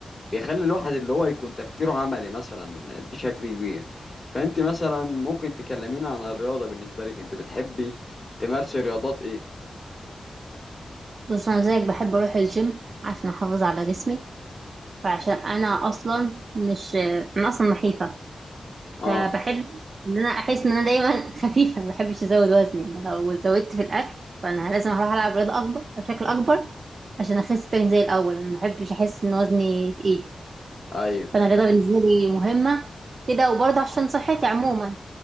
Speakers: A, on the left (about 25°); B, on the right (about 50°).
A: بيخلي الواحد اللي هو يكون تفكيره عملي مثلا بشكل كبير فأنت مثلا ممكن تكلمينا عن الرياضة بالنسبة لك أنت بتحبي تمارسي رياضات إيه؟
B: بص انا زيك بحب اروح الجيم عشان احافظ على جسمي فعشان انا اصلا مش انا اصلا نحيفه
A: آه
B: فبحب ان انا احس ان انا دايما <laughs> خفيفه ما بحبش ازود وزني انا لو زودت في الاكل فانا لازم اروح العب رياضه اكبر بشكل اكبر عشان اخس تاني زي الاول انا ما بحبش احس ان وزني تقيل
A: أيوه
B: فانا الرياضه بالنسبه لي مهمه كده وبرضه عشان صحتي عموما